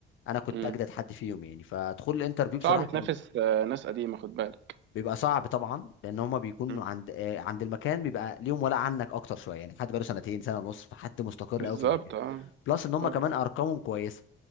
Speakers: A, on the left; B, on the right.
A: انا كنت
B: امم
A: اجدد حد فيهم يعني فدخول الانترفيو بصراحه
B: صعب تنافس
A: كان
B: آه، ناس قديمه خد بالك
A: بيبقى صعب طبعا لان هما بيكونوا
B: مم.
A: عند آه، عند المكان بيبقى ليهم ولا عنك اكتر شويه يعني حد بقاله سنتين سنه ونص فحد مستقر
B: بالظبط
A: قوي في المكان
B: اه
A: بلس ان هما
B: طبعا
A: كمان ارقامهم كويسه